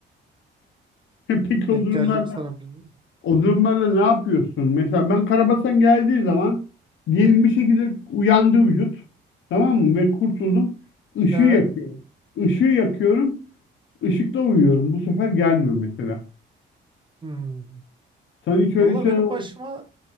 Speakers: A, on the left; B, on the right.
A: <laughs> Peki
B: Denk
A: o durumlarda
B: geldim sana bilmiyorum.
A: O durumlarda ne yapıyorsun? Mesela ben karabasan geldiği zaman diyelim bir şekilde uyandı vücut. Tamam mı? Ve kurtuldum. Işığı
B: Evet.
A: yakıyorum. Işığı yakıyorum. Işıkta uyuyorum. Bu sefer gelmiyor mesela.
B: Hmm.
A: Sana hiç öyle
B: Allah
A: şeyler
B: benim
A: oldu
B: başıma